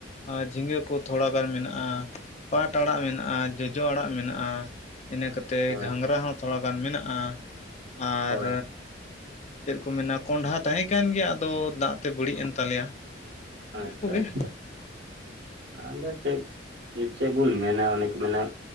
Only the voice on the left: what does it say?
ᱟᱨ ᱡᱷᱤᱸᱜᱟᱹ ᱠᱚ ᱛᱷᱚᱲᱟᱜᱟᱱ ᱢᱮᱱᱟᱜᱼᱟ ᱯᱟᱴ ᱟᱲᱟᱜ ᱢᱮᱱᱟᱜᱼᱟ ᱡᱚᱡᱚ ᱟᱲᱟᱜ ᱢᱮᱱᱟᱜᱼᱟ ᱤᱱᱟ ᱠᱟᱛᱮ
ᱜᱷᱟᱸᱝᱨᱟ ᱦᱚᱸ ᱛᱷᱚᱲᱟᱜᱟᱱ ᱢᱮᱱᱟᱜᱼᱟ ᱟᱨ
ᱪᱮᱫ ᱠᱚ ᱢᱮᱱᱟ ᱠᱚᱸᱰᱷᱟ ᱛᱟᱦᱮᱸ ᱠᱟᱱ ᱜᱮᱭᱟ ᱟᱫᱚ ᱫᱟᱜ ᱛᱮ ᱵᱟᱹᱲᱤᱡ ᱮᱱ ᱛᱟᱞᱮᱭᱟ ᱤᱱᱟᱹ
ᱠᱚᱜᱮ